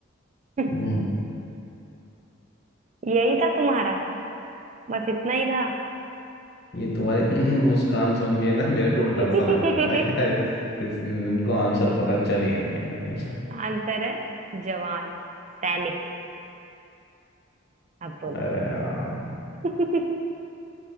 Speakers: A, on the right (about 35°); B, on the left (about 50°).
A: <laughs>
B: हम्म
A: यही था तुम्हारा बस इतना ही था
B: ये तुम्हारी <laughs> मुस्कान सुन के ना मेरे को
A: <laughs>
B: डर सा लग रहा था कि यार इस इनको आंसर पता चल ही गया कहीं ना कहीं से
A: आंसर है जवान सैनिक अब बोलो
B: अरे यार
A: <laughs>